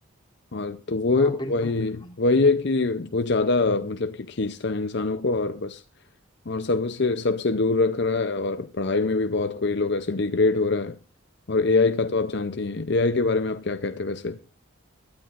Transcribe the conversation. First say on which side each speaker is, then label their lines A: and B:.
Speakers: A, on the left; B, on the left.
A: और तो वो
B: हाँ बिल्कुल
A: वही
B: बिल्कुल
A: वही है कि वो ज़्यादा मतलब कि खींचता है इंसानों को और बस और सबसे सबसे दूर रख रहा है और पढ़ाई में भी बहुत कोई लोग ऐसे डिग्रेड हो रहा है और एआई का तो आप जानती हैं एआई के बारे में आप क्या कहते हैं वैसे